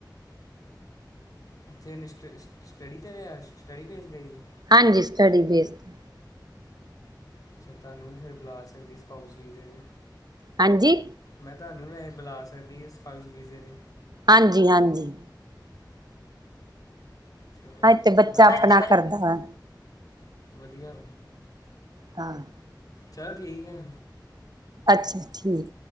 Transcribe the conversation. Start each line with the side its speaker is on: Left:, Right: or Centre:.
Left: ਉੱਥੇ ਸ ਸਟ ਸਟੱਡੀ ਤੇ ਬਿਹਾਫ ਸਟੱਡੀ ਬੇਸ ਗਈ ਏ?
Right: ਹਾਂਜੀ ਸਟੱਡੀ ਬੇਸ ਤੇ।
Left: ਫਿਰ ਤਾਨੂੰ ਫਿਰ ਬੁਲਾ ਸਕਦੀ ਸਪਾਊਸ ਵੀਜ਼ੇ ਤੇ।
Right: ਹਾਂਜੀ
Left: ਮੈਂ ਤੁਹਾਨੂੰ ਵੀ ਵੈਸੇ ਬੁਲਾ ਸਕਦੀ ਏ ਸਪਾਉ ਸ ਵੀਜ਼ੇ ਤੇ।
Right: ਹਾਂਜੀ- ਹਾਂਜੀ
Left: ਚਲੋ
Right: ਹਾਂ ਤੇ ਬੱਚਾ
Left: ਵਦਿਆ
Right: ਆਪਣਾ
Left: <unintelligible>
Right: ਕਰਦਾ ਵਾ।
Left: ਵਦਿਆ
Right: ਹਾਂ
Left: ਚਲ ਠੀਕ ਅ।
Right: ਅੱਛਾ, ਠੀਕ